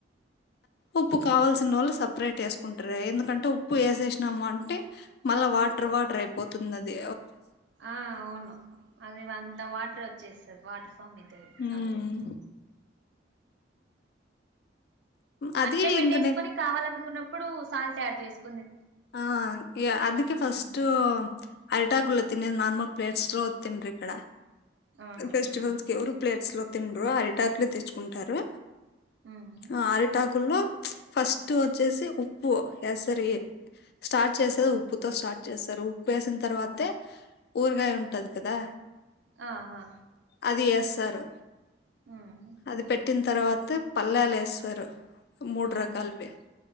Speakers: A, on the left; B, on the right.
A: ఉప్పు కావాల్సినోల్లు సప్రేట్ ఏసుకుంట్రే ఎందుకంటే ఉప్పు ఏసేసినమంటె మల్ల వాట్ టర్ వాటర్ అయిపోతుంది ఆది
B: ఆ అవును అది అంత వాటర్ చేస్తరు వాటర్ ఫామ్ అయితది
A: హ్మ్.
B: సాల్ట్ ఎత్తే
A: అది
B: అట్లే పెట్టేసుకొని
A: ఇంక నే
B: కావాలనుకున్నప్పుడు సాల్ట్ ఆడ్ చేసుక్
A: ఆ ఇగ అందుకే ఫస్ట్
B: ఉమ్
A: అరిటాకులలో తినేది నార్మల్ ప్లేట్స్ లో తినరు ఇక్కడ
B: అవును
A: ఫెస్టివల్స్
B: ఉమ్
A: కి ఏవరు ప్లేట్స్ లో తిండ్రు అరిటాకులు తెచ్చుకుంటారు
B: ఉమ్
A: ఆ అరిటాకుల్లో ఫస్ట్ వచ్చేసి ఉప్పు ఏస్తారు ఈ స్టార్ట్ చేసేది
B: ఆ
A: ఉప్పుతో స్టార్ట్ చేస్తారు ఉప్పు ఏసిన తర్వాతే ఊరగాయ ఉంటది కదా
B: ఆ ఆ
A: అది ఏస్తారు
B: ఉమ్
A: అది పెట్ ట్టిన తర్వాత పల్లాలు ఏస్తరు మూడు
B: అవునులే
A: రకాలువి